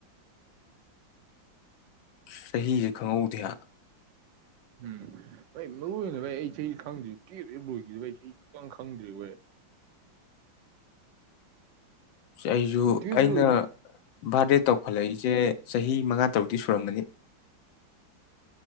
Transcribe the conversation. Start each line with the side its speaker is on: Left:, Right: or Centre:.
Left: ꯆꯍꯤꯁꯦ ꯈꯪꯍꯧꯗꯦ ꯍꯥꯏ
Right: ꯎꯝ ꯅ ꯃꯔꯨ ꯑꯣꯏꯅ ꯚꯥꯏ ꯑꯩ ꯆꯍꯤ ꯈꯪꯗ꯭ꯦ ꯀꯦꯔꯦ ꯂꯣꯏꯈꯤꯗꯕ ꯑꯩ ꯁꯨꯛꯀꯪ ꯈꯪꯗ꯭ꯔꯦ ꯍ
Left: ꯑꯩꯁꯨ
Right: ꯇꯨꯌꯦꯜꯞ
Left: ꯑꯩꯅ
Right: ꯂꯣꯏ
Left: ꯕꯥꯔꯗꯦ ꯇꯧꯈꯠꯂꯛꯏꯁꯦ ꯆꯍꯤ ꯃꯉꯥ ꯇꯔꯨꯗꯤꯤ ꯁꯨꯔꯝꯕꯅꯤ